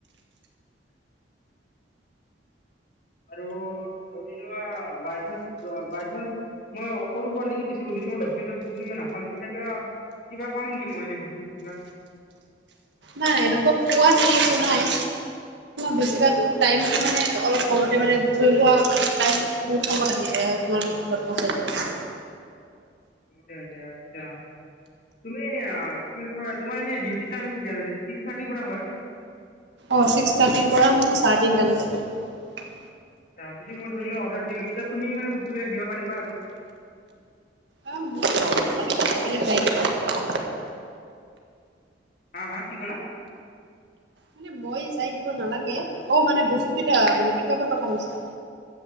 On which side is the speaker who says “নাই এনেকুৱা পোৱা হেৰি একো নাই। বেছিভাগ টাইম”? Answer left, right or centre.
Right